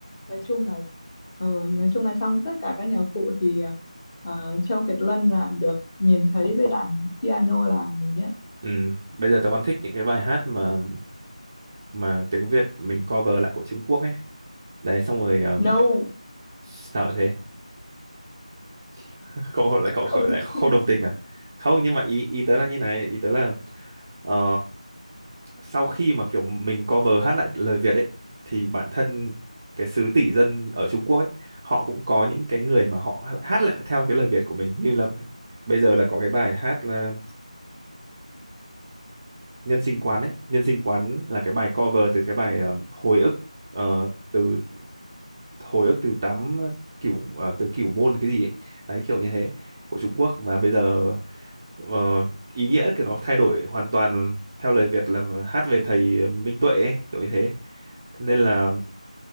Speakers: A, on the left; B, on the right.
A: nói chung là ờ, nói chung là trong tất cả các nhạc cụ thì ờ, Châu Kiệt Luân là được nhìn thấy với đàn piano là nhiều nhất
B: Ừ. Bây giờ tớ còn thích những cái bài hát mà mà tiếng Việt mình cover lại của Trung Quốc ấy. Đấy xong rồi um,
A: no
B: sao lại thế? <laughs> Cậu lại cậu
A: không
B: lại không
A: không
B: đồng tình à? Không nhưng mà ý ý tớ là như này, ý tớ là ờ, sau khi mà kiểu mình cover hát lại lời Việt ấy thì bản thân cái xứ tỷ dân ở Trung Quốc ấy họ cũng có những cái người mà họ hát lại theo cái lời Việt của mình như là bây giờ là có cái bài hát là nhân sinh quán ấy nhân sinh quán là cái bài cover từ cái bài ờ, hồi ức ờ, từ hồi ức từ tám kiểu ờ, từ kiểu môn cái gì ấy đấy kiểu như thế của Trung Quốc mà bây giờ ờ, ý nghĩa của nó thay đổi hoàn toàn theo lời Việt là hát về thầy Minh Tuệ ấy, kiểu như thế Thế nên là